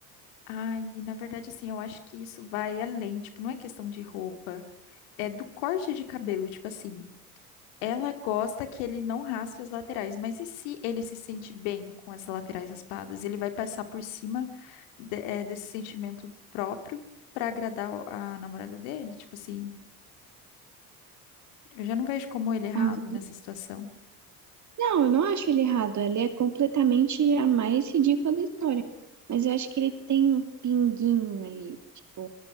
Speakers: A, on the left (about 65°); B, on the right (about 40°).
A: Ai, na verdade, assim, eu acho que isso vai além, tipo, não é questão de roupa, é do corte de cabelo, tipo assim. Ela gosta que ele não raspe as laterais, mas e se ele se sente bem com as laterais raspadas? Ele vai passar por cima de- eh, desse sentimento próprio para agradar o- a namorada dele? Tipo assim, eu já não vejo como ele é errado
B: Ah, não
A: nessa situação.
B: Não, eu não acho ele errado. Ele é completamente a mais ridícula da história. Mas eu acho que ele tem um pinguinho ali. Tipo,